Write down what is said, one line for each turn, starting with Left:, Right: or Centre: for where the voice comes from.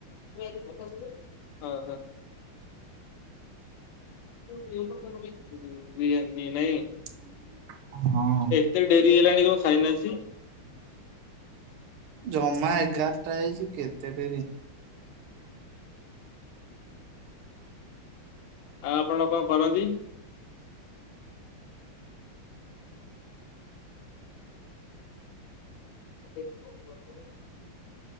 Left: ହଁ ହଁ। ବିରିୟାନୀ ନାଇଁ?
Right: ହଁ।
Left: ଏତେ ଡେରି ହେଲାଣି କଣ ଖାଇନ ଆଜି?
Right: ଜମା ଏଗାରଟା ହେଇଛି କେତେ ଡେରି।
Left: ଆଉ ଆପଣ କଣ କରନ୍ତି? <unintelligible>